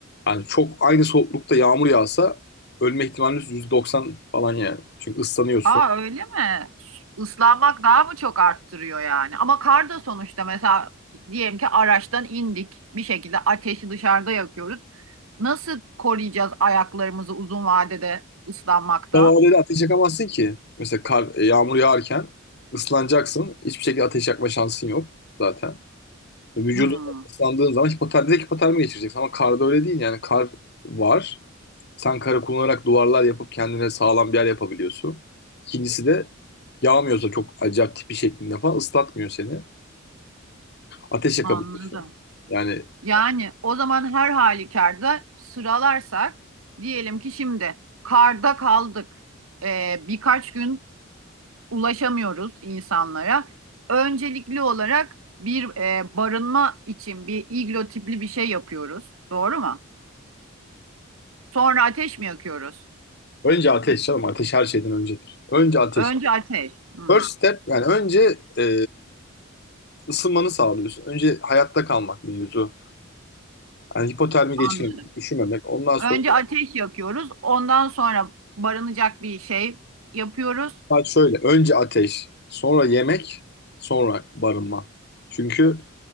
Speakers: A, on the left; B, on the right.
A: Yani çok aynı soğuklukta yağmur yağsa ölme ihtimaliniz %90 falan yani. Çünkü ıslanıyorsun.
B: Aa öyle mi? Islanmak daha mı çok arttırıyor yani? Ama kar da sonuçta mesela diyelim ki araçtan indik. Bir şekilde ateşi dışarıda yakıyoruz. Nasıl koruyacağız ayaklarımızı uzun vadede ıslanmaktan?
A: Davaleyle ateş yakamazsın ki. Mesela kar, e, yağmur yağarken ıslanacaksın. Hiçbir şekilde ateş yakma şansın yok zaten. Vücudun
B: Hmm,
A: ıslandığın zaman hipotermi, direkt hipotermi geçireceksin. Ama karda öyle değil yani. Kar var. Sen karı kullanarak duvarlar yapıp kendine sağlam bir yer yapabiliyorsun. İkincisi de yağmıyorsa çok acayip tipi şeklinde falan ıslatmıyor seni. Ateş yakabiliyorsun.
B: anladım.
A: Yani
B: Yani o zaman her halükarda sıralarsak diyelim ki şimdi karda kaldık. Ee, birkaç gün ulaşamıyoruz insanlara. Öncelikli olarak bir e, barınma için bir iglo tipli bir şey yapıyoruz. Doğru mu? Sonra ateş mi yakıyoruz?
A: önce ateş canım. Ateş her şeyden öncedir. Önce ateş.
B: Önce ateş. Hmm,
A: First step yani önce e, ısınmanı sağlıyorsun. Önce hayatta kalmak mevzu. Yani hipotermi geçirmemek,
B: anladım.
A: üşümemek. Ondan sonra
B: Önce ateş yakıyoruz. Ondan sonra barınacak bir şey yapıyoruz.
A: saat şöyle. Önce ateş, sonra yemek, sonra barınma. Çünkü